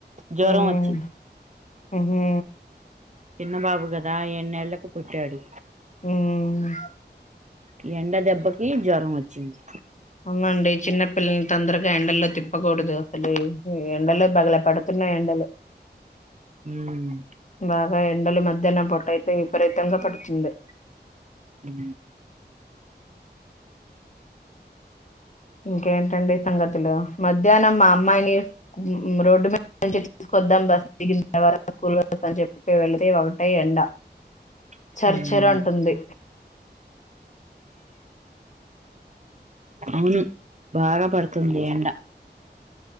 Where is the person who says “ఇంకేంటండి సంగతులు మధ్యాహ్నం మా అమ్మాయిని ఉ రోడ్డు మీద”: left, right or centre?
Left